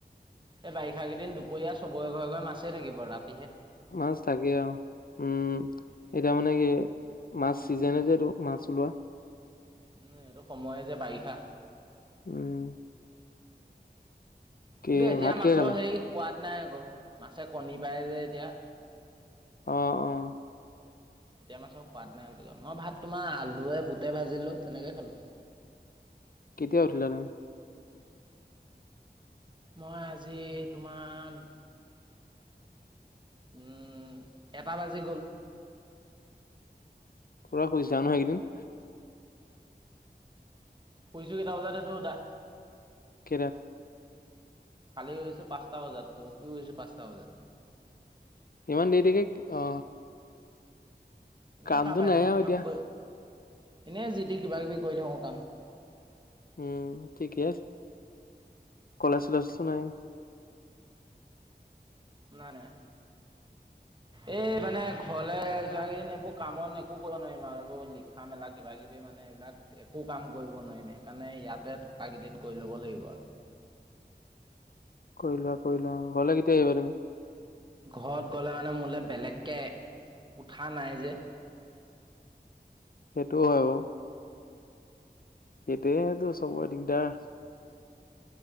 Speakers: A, on the right; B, on the left.
A: এই বাৰিষা কেইদিন দুপৰীয়া চবৰে ঘৰে-ঘৰে মাছেই থাকিব। তাত
B: মাছ থাকে আৰু উম এতিয়া মানে কি মাছ চিজেনে যে এটো মাছ ওলোৱা
A: উম এইটো সময় যে বাৰিষা
B: উম কি
A: কিন্তু এতিয়া
B: ভাত কিহে
A: মাছৰ
B: খালা
A: হেৰি সোৱাদ নাই আকৌ মাছে কণী পায় যে এতিয়া
B: অ অ
A: এতিয়া মাছৰ সোৱাদ নাই বুলি কয় মই ভাত তোমাৰ আলুৱে বুটে ভাজিলো তেনেকেই খালো
B: কেতিয়া উঠিলা তুমি?
A: মই আজি তোমাৰ উম এটা বাজি গল
B: পুৰা শুইছা নহ এইকেইদিন
A: শুইছো কেইটা বজাত সেইটো সোধা
B: কেতাত
A: কালি শুইছো পাঁচটা বজাত পহি শুইছো পাঁচটা বজাত
B: ইমান দেৰি দেৰিকে অ
A: এনেই
B: কামটো
A: শাৰ পাই
B: নাই
A: থাকো
B: আৰু
A: কাম
B: এতিয়া
A: কৰি এনে যিদি কিবা কিবি কৰি থাকো কাম
B: উম ঠিকেই কলেজ চলেজটো নাই
A: নাই নাই
B: <inaudible>
A: এই মানে ঘৰলে যোৱা কেইদিন এইবোৰ কামত একো কৰিব নোৱাৰিম আও এইবোৰ লিখা মেলা কিবা কিবি মা মানে এইবিলাক একো কাম কৰিব নোৱাৰিম সেইকাৰণে ইয়াতে থকা কেইদিন কৰি ল'ব লাগিব আও
B: কৰিলোৱা কৰিলোৱা ঘৰলে কেতিয়া আহিবা তুমি
A: ঘৰত গ'লে মানে মোলে বেলেগকে কোঠা নাই যে
B: সেইটো হয় বাও সেইটোৱে তো চবৰে দিগদাৰ